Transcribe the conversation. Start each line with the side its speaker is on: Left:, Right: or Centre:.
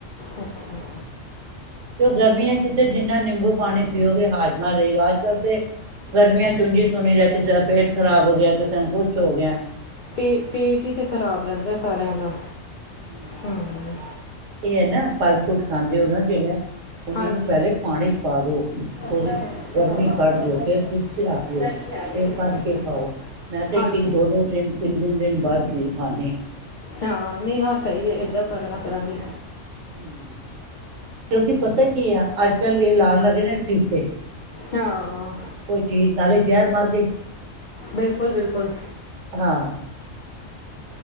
Left: ਅਛਾ।
Right: ਕਿ ਗਰਮੀਆਂ ਚ ਤੇ ਜਿੰਨਾ ਨਿੰਬੂ ਪਾਣੀ ਪੀਓਗੇ ਹਾਜ਼ਮਾ ਰਹੇਗਾ ਅੱਜ ਕੱਲ੍ਹ ਤੇ ਗਰਮੀਆਂ ਚ ਓਣਜੀ ਸੁਨਿ ਦਾ ਕਿਸੇ ਦਾ ਪੇਟ ਖ਼ਰਾਬ ਹੋ ਗਿਆ ਕਿਸੇ ਨੂੰ ਕੁਛ ਹੋ ਗਿਆ।
Left: ਪੇ ਪੇਟ ਹੀ ਤੇ ਖ਼ਰਾਬ ਰਹਿੰਦਾ ਸਾਰਿਆਂ ਦਾ
Right: ਹੂੰ।
Left: ਹਮ
Right: ਇਹ ਹੈ ਨਾ ਫਲ-ਫਰੂਟ ਖਾਂਦੇ ਹੋ ਨਾ ਜਿਹੜਾ ਉਹਨਾਂ
Left: ਹਾਂਜੀ
Right: ਨੂੰ ਪਹਿਲੇ ਪਾਣੀ ਪਾ ਦੋ,
Left: ਅਗਲਾ
Right: ਉਹਦੀ
Left: ਹੈ ਇਸ
Right: ਗਰਮੀ
Left: ਪਾਪਾ
Right: ਕਢ
Left: ਖਾਲੀ
Right: ਦੇਓ ਜੇ ਫਿਰ ਰੱਖ ਦਿਓ,
Left: ਫਰੈਸ਼ ਲਿਆ ਦੇ
Right: ਫਿਰ
Left: ਦੇ
Right: ਕਡ
Left: ਕੱਪੜੇ
Right: ਕੇ ਖਾਓ ਮੈਂ ਤੇ
Left: ਹਾਂਜੀ
Right: ਇੱਕ-ਇੱਕ, ਦੋ-ਦੋ ਦਿਨ ਤਿੰਨ-ਤਿੰਨ ਦਿਨ ਬਾਦ ਚੀਜ਼ ਖਾਂਨੀ ਹਾਂ।
Left: ਹਾਂ, ਨੀ ਆਹ ਸਹੀ ਹੈ ਏਦਾਂ ਕਰਲਿਆ ਕਰਾਂਗੇ।
Right: ਹੂੰ, ਕਿਉਂਕਿ ਪਤਾ ਕੀ ਆ ਅੱਜ-ਕੱਲ ਇਹ ਲਾਣ ਲੱਗੇ ਨੇ ਟੀਕੇ।
Left: ਹਾਂ
Right: ਕੋਈ ਚੀਜ਼, ਨਾਲੇ ਜ਼ਹਿਰ ਮਰ ਗਈ।
Left: ਬਿਲਕੁਲ ਬਿਲਕੁਲ
Right: ਹਾਂ।